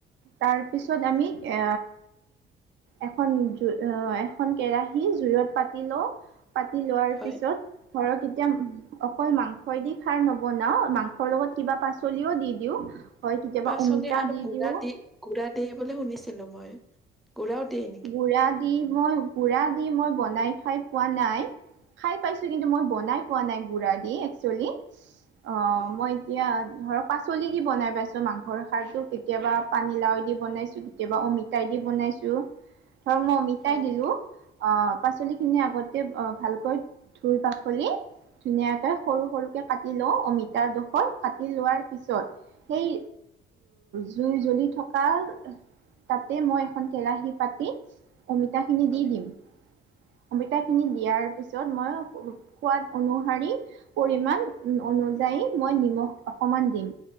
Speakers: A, on the right; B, in the centre.
A: তাৰপিছত আমি এ এখন কেৰাহী জুই আহ এখন কেৰাহী জুৱইত পাতি লওঁ। পাতি লোৱাৰ
B: হয়
A: পিছত ধৰক এতিয়া। অকল মাংসই দি খাৰ নবনাও মাংসৰ লগত কিবা পাচলিও দি দিওঁ। হয় কেতিয়াবা
B: পাচলি
A: অমিতা
B: আৰু
A: দি
B: গুড়া
A: দিওঁ।
B: গুড়া দে বুলি শুনিছিলো মইও। গুৰাও দিয়ে।
A: গুৰা দি মই গুৰা দি মই বনাই খাই পোৱা নাই। খাই পাইছোঁ কিন্তু মই
B: হয়
A: বনাই পোৱা নাই গুড়া দি একচুৱেলি অ'
B: হয়
A: মই।
B: হয়
A: এতিয়া ধৰক পাচলি দি বনাই পাইছো মাংসৰ সাৰটো কেতিয়াবা পানী লাও দি বনাইছো। কেতিয়াবা অমিতাই দি বনাইছো ধৰক মই অমিতাই
B: হয়
A: দিলোঁ।
B: নেকি
A: আহ্ পাচলিখিনি আগতে ভালকৈ ধুই পাখলি। ধুনীয়াকে সৰু সৰুকে কাটি লওঁ অমিতাৰ জোখত কাটি লোৱাৰ পিছত সেই জুই জ্বলি থকাৰ তাতে মই এখন কেৰাহিত পাতি অমিতা খিনি
B: হয়
A: দি দিম। অমিতাখিনি দিয়াৰ পিছত মই সোৱাদ অনুসৰি পৰিমান অনুযায়ী মই নিমখ অকমান দিম,